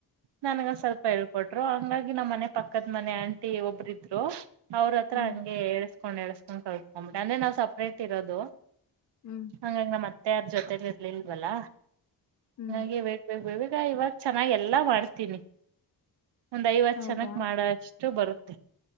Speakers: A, on the right; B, on the left.
A: ನನ್ಗ ಸ್ವಲ್ಪ ಹೇಳ್ಕೊಟ್ ಹಂಗಾಗಿ ನಮ್ಮ್ ಮನೆ ಪಕ್ಕದ ಮನೆ ಆಂಟಿ ಒಬ್ಬ್ರ ಇದರು ಹಲೋ ಅವ್ರ ಹತ್ರ
B: ಹ್ಮ್
A: ಹಂಗೆ ಹ ಕಕೊಂಡ್ ಎಳ್ಸ್ಕೊಂಡ್ ಕಲ್ತ್ಕೊಂಡ್ಬಿ ಅ್ರೆ ನಾವು ಸಪ್ರೇಟ್ ಇರೋದು
B: ಹ್ಮ್
A: ಹಂಗಂಗ ನ ಮತ್ತ ಯಾರ್ ಜೊತೆಲಿ ಇರ್ಲಿಲ್ವಲ್ಲಾ
B: ಹ್ಮ್
A: ಹೆ ಬೇಕ್ ಬೇ ಬೇಬೇಕು ಈಗ ಇವಾಗ ಚೆನ್ನಾಗ್ ಎಲ್ಲಾ ಮಾಡ್ತೀನಿ ಒಂದ್ ಐವತ್ತು
B: ಹೌದಾ
A: ಜನಕ್ ಮಾಡ ಅಷ್ಟೆ ಅಷ್ಟು ಬರುತ್ತೆ